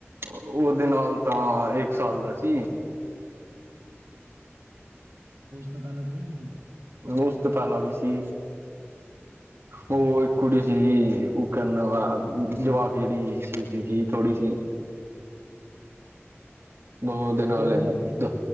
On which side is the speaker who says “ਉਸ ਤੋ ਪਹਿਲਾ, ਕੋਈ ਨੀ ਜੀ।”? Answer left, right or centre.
Right